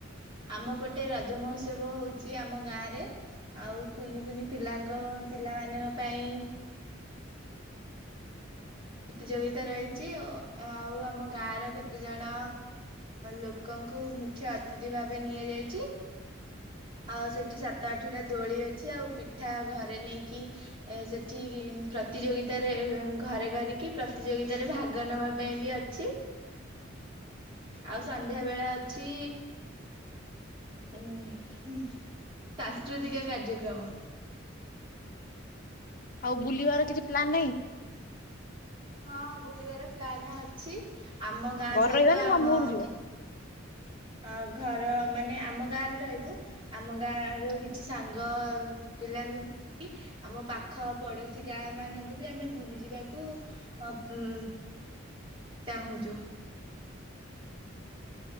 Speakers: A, on the right (about 25°); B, on the left (about 45°).
A: ଆମ ପଟେ ରଜ ମହୋତ୍ସବ ହଉଛି ଆମ ଗାଁରେ ଆଉ କୁନି କୁନି ପିଲାଙ୍କ ପିଲାମାନଙ୍କ ପାଇଁ ପ୍ରତିଯୋଗିତା ରହିଛି ଆଉ ଆମ ଗାଁର କେତେଜଣ ଲୋକଙ୍କୁ ମୁଖ୍ୟ ଅତିଥି ଭାବେ ନିଆଯାଇଛି। ଆଉ ସେଠି ସାତ ଆଠଟା ଦୋଳି ଅଛି ଆଉ ପିଠା ଘରେ ନେଇକି ସେଠି ପ୍ରତିଯୋଗିତାରେ ଘରେ କରିକି ପ୍ରତିଯୋଗିତାରେ ଭାଗ ନବା ପାଇଁ ବି ଅଛି। ଆଉ ସନ୍ଧ୍ୟା ବେଳେ ଅଛି ଉ ସାଂସ୍କୃତିକ କାର୍ଯ୍ୟକ୍ରମ
B: ଆଉ ବୁଲିବାର କିଛି ପ୍ଲାନ ନାହିଁ।
A: ହଁ ବୁଲିବାର ପ୍ଲାନ ଅଛି। ଆମ ଗାଁ
B: ଘରେ
A: ସହିତ
B: ରହିବା ନା
A: ଆମ
B: ମାମୁଁ ଘରକୁ ଯିବ?
A: କି ଅ ଘର ମାନେ ଆମ ଗାଁରେ ରହିବୁ ଆମ ଗାଁ ର କିଛି ସାଙ୍ଗ ପିଲାଙ୍କୁ ଆମ ପାଖ ପଡୋଶୀ ଗାଁ ମାନଙ୍କୁ ବି ଆମେ ବୁଲି ଯିବାକୁ ଉ ଚାହୁଁଛୁ।